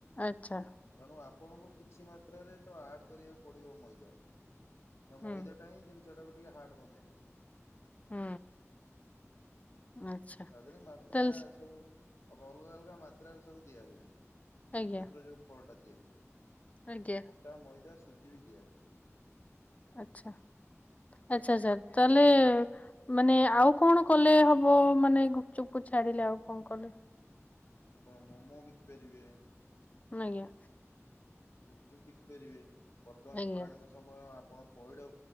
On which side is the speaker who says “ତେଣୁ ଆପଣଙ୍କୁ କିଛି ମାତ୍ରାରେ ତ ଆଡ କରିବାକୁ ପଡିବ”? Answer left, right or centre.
Left